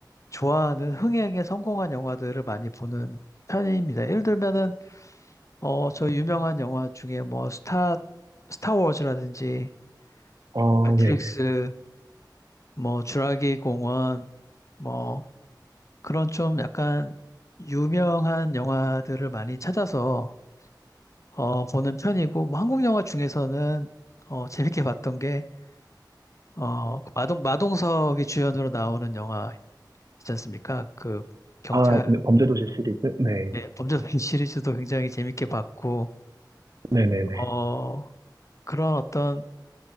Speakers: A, on the left; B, on the right.
A: 좋아하는 흥행에 성공한 영화들을 많이 보는 편입니다. 예를 들면은 어, 저 유명한 영화 중에 뭐 스타 스타워즈라든지
B: 어,
A: 뭐 매트릭스,
B: 예, 예.
A: 뭐 주라기 공원, 뭐 그런 좀 약간 유명한 영화들을 많이 찾아서 어, 보는 편이고 뭐 한국 영화 중에서는 어, 재밌게 봤던 게 어, 그 마동 마동석이 주연으로 나오는 영화 있지 않습니까? 그 경찰의
B: 아, 네, 범죄도시 시리즈? 네,
A: 범죄도시 <laughs> 시리즈도 굉장히 재밌게 봤고
B: 네네네.
A: 어, 그런 어떤